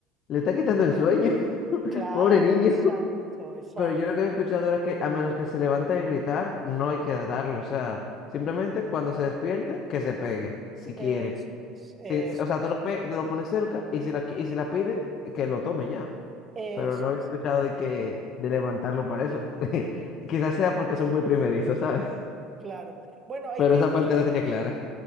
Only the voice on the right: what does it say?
Claro,
exacto, exacto.
Eso
es,
eso
es,
eso
es.
Claro. Bueno, es
que
hay todo
tipo
de
gente.